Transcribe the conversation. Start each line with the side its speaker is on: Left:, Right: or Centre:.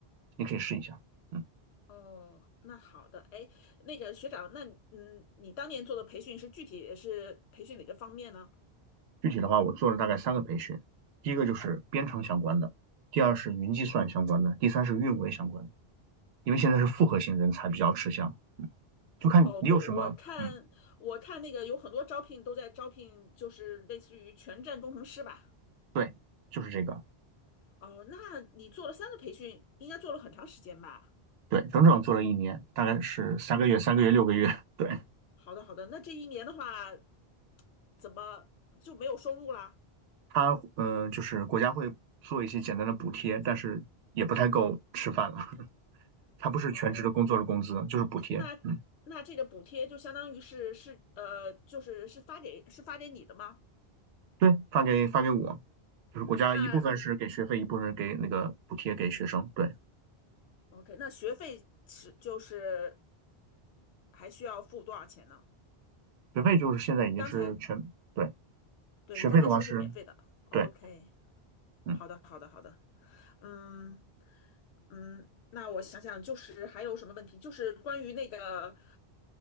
Right: 你可以试一下。嗯，
Left: 哦，那好的。哎，那个学长，那嗯，你当年做的培训是具体是培训哪个方面呢？
Right: 具体的话，我做了大概三个培训，第一个就是编程相关的，第二是云计算相关的，第三是运维相关的。因为现在是复合型人才比较吃香，就看你有什么，
Left: 哦，对，我看我看那个有很多招聘都在招聘，
Right: 嗯，
Left: 就是类似于全站工程师吧。
Right: 对，就是这个。
Left: 哦，那你做了三个培训，应该做了很长时间吧？
Right: 对，整整做了一年，大概是三个月、三个月、六个月。对，
Left: 好的，好的。那这一年的话，怎么就没有收入啦？
Right: 他，嗯、呃就是国家会做一些简单的补贴，但是也不太够吃饭了。他不是全职的工作的工资，
Left: 哦，
Right: 就是补贴。
Left: 那那这个补贴就相当于是是呃，
Right: 嗯，
Left: 就是是发给是发给你的吗？
Right: 对，发给发给我，就是国家一部分是给学费，
Left: 那如
Right: 一部分是给那个补贴给学生。对，
Left: OK，那学费是就是还需要付多少钱呢？
Right: 学费就是现在已经是全，
Left: 你刚才
Right: 对，
Left: 对你刚才说是免费的，OK，
Right: 学费的话是，对，嗯。
Left: 好的，好的，好的，嗯嗯，那我想想，就是还有什么问题？就是关于那个，